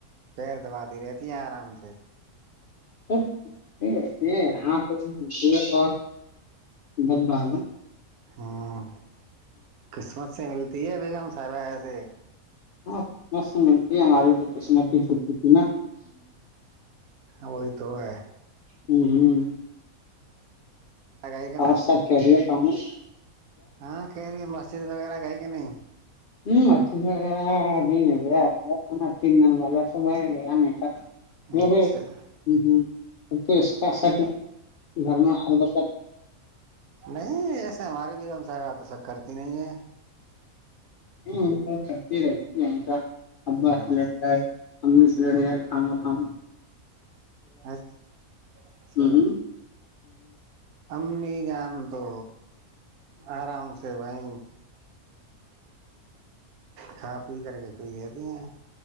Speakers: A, on the right; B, on the left.
A: پیر دباتی رہتی ہیں آرام سے
B: ا <inaudible> یہ ہ پ پ <unintelligible> بت بال
A: ہاں قسمت سے ملتی ہے بیگ ہم صاحبہ ایسے
B: ہاں قسمش سے ملتی ہے ہماری تو <unintelligible> چھوٹی تھی نا
A: وہی تو ہے <unintelligible>
B: ہ ہوں <unintelligible>
A: گئے کہ
B: ہاں
A: نہیں
B: سر کیریر <unintelligible> ان <unintelligible>
A: ہاں کریی مسجد وغیرہ گئی ا نہیں <unintelligible>
B: ہ مچ <unintelligible> ہاںاںب ن <unintelligible> ہ ن تین جن با س ب گ نہیں تھا ہ ہ
A: اچھا
B: ہ ہوں <unintelligible> اب تو اس کا سکل <unintelligible> گھر میں سر بسر <unintelligible>
A: نہیں ایسے ہماری بھی ہم سا تو سب کرتی نہیں ہے
B: ہ سب ستی رہتی ہشہ اباس
A: ہوں
B: ل ج ہے امی سے لڑے آئے کاما کام
A: اچ اچھا
B: یہ
A: امی گان تو آرام سے وہائی کھا پی کر کے کوئی دے د ہے